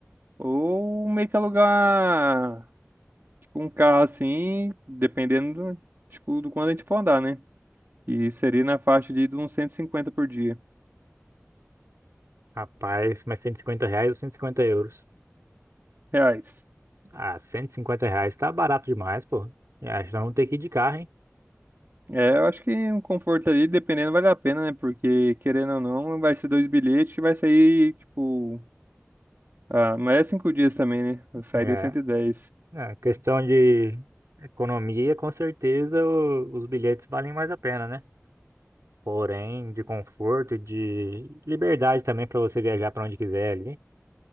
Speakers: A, on the right; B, on the right.
A: Ou meio que alugar tipo, um carro assim, dependendo do, tipo, do quanto a gente for andar, né? E seria na faixa de, de uns 150 por dia
B: rapaz, mas 150 reais ou 150 euros?
A: reais.
B: Ah, cento e cinquenta reais tá barato demais, pô. Acho que nós vamos ter que ir de carro, hein?
A: É, eu acho que um conforto ali, dependendo, vale a pena, né? Porque, querendo ou não, vai ser dois bilhetes, vai sair, tipo. Ah, mas é cinco dias também, né? Sairia
B: É.
A: cento e dez
B: É, questão de economia, com certeza o- os bilhetes valem mais a pena, né? Porém, de conforto, de liberdade também para você viajar para onde quiser ali.